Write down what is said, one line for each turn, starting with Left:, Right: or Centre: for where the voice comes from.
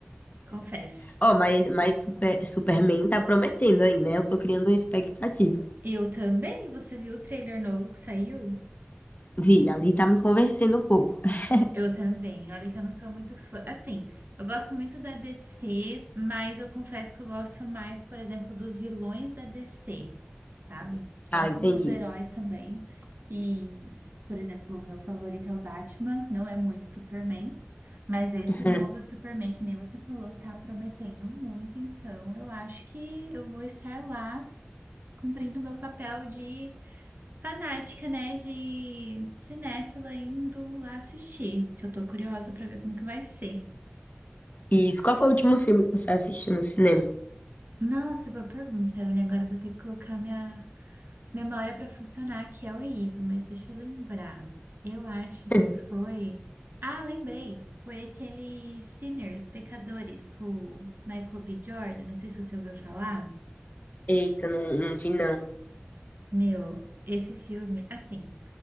Right: confesso.
Left: Ó, mas, mas Super- Superman tá prometendo aí, né? Eu tô criando uma expectativa.
Right: Eu também, você viu o trailer novo que saiu?
Left: Vi, ali tá me convencendo um pouco. <laughs>
Right: Eu também. Olha que eu não sou muito fã. Assim, eu gosto muito da DC, mas eu confesso que eu gosto mais, por exemplo, dos vilões da DC, sabe? Gosto
Left: Ah, entendi.
Right: dos heróis também. E, por exemplo, o meu favorito é o Batman, não é muito Superman, mas esse
Left: <laughs>
Right: novo Superman, que nem você falou, tá prometendo muito. Então, eu acho que eu vou estar lá cumprindo o meu papel de fanática, né, de cinéfila indo lá assistir, que eu tô curiosa pra ver como que vai ser.
Left: E isso, qual foi o último filme que você assistiu no cinema?
Right: Nossa, boa pergunta, Evelyn. Agora eu vou ter que colocar minha memória pra funcionar, que é horrível, mas deixa eu lembrar. Eu acho que
Left: <laughs>
Right: foi. Ah, lembrei. Foi aquele Sinners, Pecadores, com o Michael B. Jordan. Não sei se você ouviu falar.
Left: Eita, não, não vi não.
Right: Meu, esse filme, assim,